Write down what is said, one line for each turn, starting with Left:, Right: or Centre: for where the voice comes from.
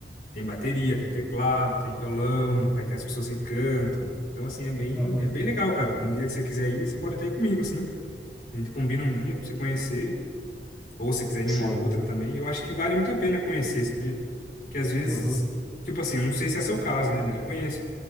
Left: tem bateria, tem teclado, tem violão, aí tem as pessoas que cantam. Então assim, é bem
Centre: Aham,
Left: é bem legal, cara. Um dia que você quiser ir, você pode até ir comigo assim. A gente combina um dia pra você conhecer. Ou se quiser em
Centre: sim,
Left: uma outra também, eu acho que vale muito a pena conhecer, sabia? Que às vezes,
Centre: uhum,
Left: tipo assim, não sei se é seu caso, né? Mas eu conheço.